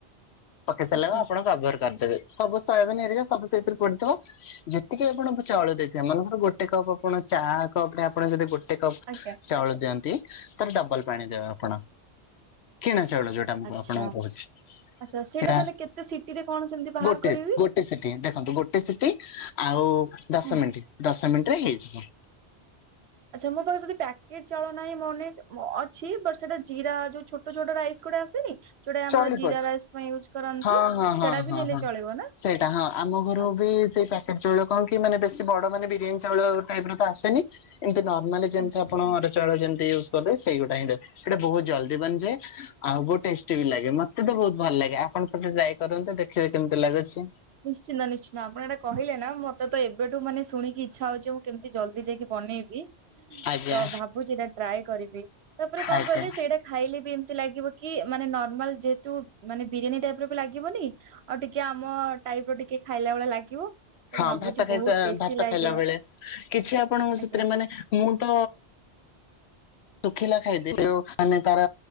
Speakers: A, on the left; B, on the right.
A: ପକେଇ ସାରିଲା
B: ଆଚ୍ଛା
A: ପରେ ଆପଣ କଭର କରିଦେବେ। ସବୁ ଶୋୟାବିନ ହେରିକା ସବୁ ସେଥିରେ ପଡିଥିବ। ଯେତିକି ଆପଣ ଚାଉଳ ଦେଇଥିବେ ମନେକର ଗୋଟେ କପ୍ ଆପଣ ଚା କପ ରେ ଆପଣ ଯଦି ଗୋଟେ କପ୍
B: ଆଜ୍ଞା।
A: ଚାଉଳ ଦିଅନ୍ତି ତାର ଡବଲ ପାଣି ଦେବେ ଆପଣ କିଣା ଚାଉଳ ଯୋଉ।
B: ଆଚ୍ଛା
A: ଆପଣଙ୍କୁ କହୁଛି
B: ଆଚ୍ଛା ସେଇଟା
A: ସେୟା
B: ତାହେଲେ କେତେ ସିଟିରେ କଣ ସେମିତି ବାହାର
A: ଗୋଟେ
B: କରିବି
A: ଗୋଟେ ସେକ ଦେଖନ୍ତୁ ଗୋଟେ ସିଟି ଆଉ ଦଶ
B: ହୁଁ
A: ମିନିଟ ଦଶ ମିନିଟରେ ହେଇଯିବ।
B: ଆଛା ମୋ ପାଖରେ ଯଦି ପ୍ୟାକେଟ ଚାଉଳ ନାହିଁ ମନେ ଅଛି ବଟ ସେଟା ଜିରା ଯୋଉ ଛୋଟ ଛୋଟ ଛୋଟ ରାଇସ୍ ଗୋଡା ଆସେନି ଯୋଉଟା ଆମର
A: ଚଳିବ
B: ଜିରା ରାଇସ୍ ପାଇଁ ୟୁଜ କରନ୍ତି
A: ହଁ ହଁ ହଁ
B: ସେଟା ବି
A: ହଁ
B: ନେଲେ
A: ହଁ
B: ଚଳିବ ନା
A: ସେଇଟା ହଁ ଆମ ଘରୁ
B: ଆଚ୍ଛା
A: ବି ସେଇ ପା <unintelligible> ଚାଉଳ କଣ କି ମାନେ ବେଶୀ ବଡ ମାନେ ବିରିୟାନୀ ଚାଉଳ ଟାଇପ ର ତ ଆସେନି। ଏମିତି ନର୍ମାଲି ଯେମିତି
B: ଆଜ୍ଞା
A: ଆପଣ ଚାଉଳ ଯେମିତି ୟୁଜ କରିଲେ ସେଇ ଗୋଟା ହିଁ ସେଇଟା ବହୁ ଜଲଦି ବନିଯାଏ ଆଉ ଗୋଟେ ଟେଷ୍ଟି ବି ଲାଗେ ମତେ ତ ବୋହୁତ ଭଲ ଲାଗେ ଆପଣ ସେମିତି ଟ୍ରାଏ କରନ୍ତୁ ଦେଖିବେ କେମିତି ଲାଗୁଛି?
B: ନିଶ୍ଚିନ୍ତ ନିଶ୍ଚିନ୍ତ ଆପଣ ଏଟା କହିଲେ ନା ମତେ ତ ଏବେଠୁ ମାନେ ଶୁଣିକି ଇଚ୍ଛା ହଉଛି କେମିତି ଜଲଦି ଯାଇକି ବନେଇବି।
A: ଆଜ୍ଞା
B: ତ ଭାବୁଛି ଏଇଟା ଟ୍ରାଏ କରିବି ତାପରେ କଣ
A: ଆଜ୍ଞା
B: କହିଲେ ସେଇଟା ଖାଇଲେ ବି ଏମିତି ଲାଗିବ କି ମାନେ ନର୍ମାଲ ଯେହେତୁ ମାନେ ବିରିୟାନୀ ଟାଇପ ର ବି ଲାଗିବନି। ଆଉ ଟିକେ ଆମ ଟାଇପ ର ଟିକେ ଖାଇଲା ଭଳିଆ ଲାଗିବ। ତ
A: ହଁ
B: ଭାବୁଛି
A: ଭାତ ଖାଇସା
B: ବହୁତ ଟେଷ୍ଟି
A: ଭାତ
B: ଲାଗିବ
A: ଖାଇଲା ଭଲିଆ କିଛି ଆପଣଙ୍କୁ
B: ଆଜ୍ଞା
A: ସେଥିରେ ମାନେ ମୁଁ ତ ଶୁଖିଲା ଖାଇଦେବି ମାନେ ତାର